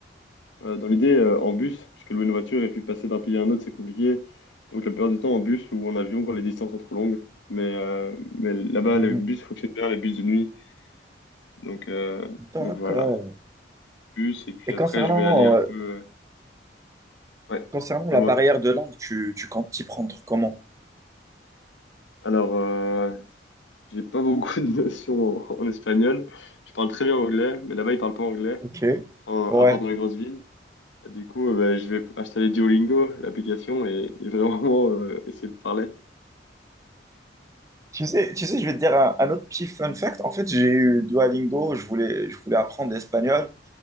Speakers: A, on the left; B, on the right.
A: Euh, dans l'idée, euh, en bus, parce que louer une voiture et puis passer d'un pays à un autre, c'est compliqué. Donc la plupart du temps en bus ou en avion quand les distances sont trop longues. Mais, euh, mais là-bas,
B: Mhm.
A: les bus fonctionnent bien, les bus de nuit. Donc, euh,
B: D'accord.
A: donc voilà, bus. Et puis
B: Et
A: après,
B: concernant,
A: je vais aller un
B: euh,
A: peu... euh, Ouais,
B: concernant la
A: dis-moi.
B: barrière de langue, tu, tu comptes t'y prendre comment?
A: Alors, euh, j'ai pas <laughs> beaucoup de notions en en espagnol. Je parle très bien anglais, mais là-bas, ils parlent pas anglais.
B: Ok,
A: enfin,
B: ouais.
A: à part dans les grosses villes. Du coup, euh, bah, je vais installer Duolingo, l'application, et, et vraiment euh, essayer de parler.
B: Tu sais, tu sais, je vais te dire un, un autre petit fun fact. En fait, j'ai eu Duolingo, je voulais, je voulais apprendre l'espagnol.